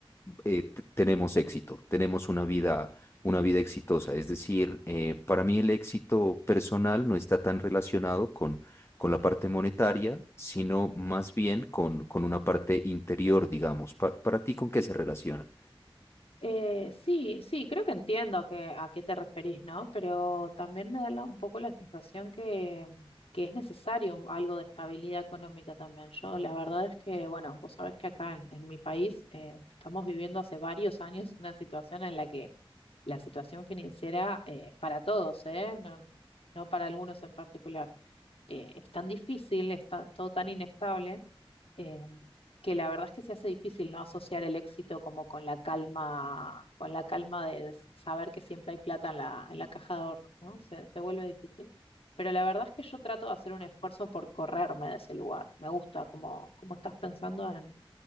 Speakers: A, on the left; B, on the left.
A: eh, t- tenemos éxito, tenemos una vida, una vida exitosa. Es decir, eh, para mí el éxito personal no está tan relacionado con, con la parte monetaria, sino más bien con, con una parte interior, digamos. Pa- para ti, ¿con qué se relaciona?
B: Eh, sí, sí, creo que entiendo que, a qué te referís, ¿no? Pero también me da la- un poco la sensación que, que es necesario algo de estabilidad económica también. Yo, la verdad es que, bueno, vos sabés que acá en, en mi país eh, estamos viviendo hace varios años una situación en la que la situación financiera eh, para todos, ¿eh? No, no para algunos en particular, eh, es tan difícil, está todo tan inestable eh, que la verdad es que se hace difícil no asociar el éxito como con la calma, con la calma de saber que siempre hay plata en la, en la caja de ahorros, ¿no? Se, se vuelve difícil. Pero la verdad es que yo trato de hacer un esfuerzo por correrme de ese lugar. Me gusta cómo, cómo estás pensando en,